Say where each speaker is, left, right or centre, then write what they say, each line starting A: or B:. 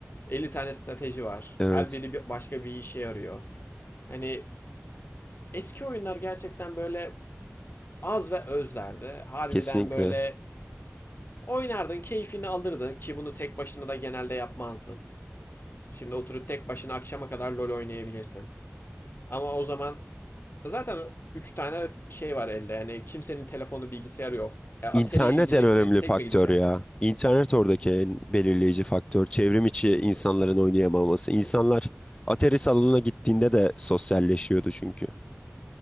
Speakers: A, on the left; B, on the left.
A: 50 tane strateji var.
B: evet,
A: Her biri bir- başka bir işe yarıyor. Hani eski oyunlar gerçekten böyle az ve özlerdi. Harbiden
B: kesinlikle.
A: böyle oynardın, keyfini alırdın ki bunu tek başına da genelde yapmazdın. Şimdi oturup tek başına akşama kadar LoL oynayabilirsin. Ama o zaman zaten 3 tane şey var elde. Yani kimsenin telefonu, bilgisayarı yok. E, Atari'ye
B: İnternet
A: gideceksin,
B: en önemli
A: tek
B: faktör
A: mi gideceksin?
B: ya. İnternet oradaki en belirleyici faktör. Çevrim içi insanların oynayamaması. İnsanlar atari salonuna gittiğinde de sosyalleşiyordu çünkü.